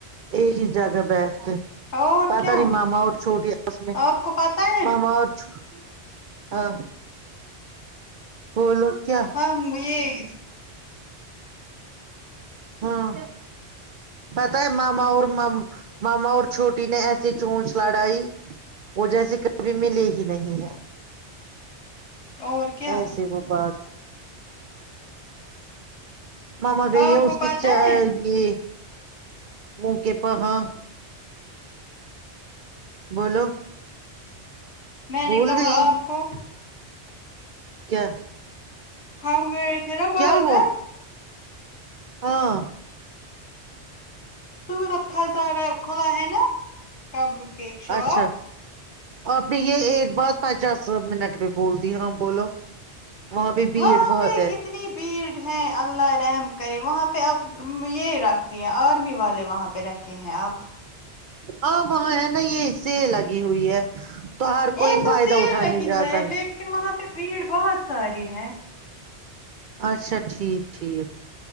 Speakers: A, on the right; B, on the left.
A: ایک ہی جگہ بیٹھ کے
B: اور
A: پتہ
B: کیا
A: نہیں ماما اور چھوٹی یاسمین
B: آپ کو پتہ ہے
A: ماما اور چھو ہاں بو لو کیا
B: ہاں یہ
A: ہاں پتہ ہے ماما اور ماما اور چھوٹی نے ایسی چونچ لڑائی وہ جیسے کبھی ملے ہی نہیں ہے
B: اور کیا
A: ایسے وہ بات ماما گئی
B: آپ
A: ہے
B: کو
A: اس کی
B: پتا ہے
A: یہ منہ کے پ ہاں بولو
B: میں
A: بھول
B: نے کہا
A: گئی
B: آپ کو
A: کیا
B: ہم گئے تھے نا بازار
A: کیا ہو ہاں
B: صورت خزارہ کھلا ہ نا قبر کی ایک شاپ
A: اچھا آپ نے یہ ایک بات پچاس منٹ میں بول دی ہاں بولو وہاں پہ بھیڑ
B: وہاں
A: بہت
B: پہ
A: ہے
B: کتنی بھیڑ ہے اللہ رحم کرے وہاں پہ آپ یہ رکھ کے آرمی والے وہاں پہ رکھے ہیں اپ
A: ہاں وہاں ہے نا یہ اس سے لگی ہوئی ہے تو ہر کوئی
B: ایک تو
A: فائدہ
B: سیل
A: اٹھانے
B: لگی
A: جاتا
B: ہوئی
A: ہے
B: لیکن وہاں پہ بھیڑ بہت ساری ہے
A: اچھا ٹھیک ٹھیک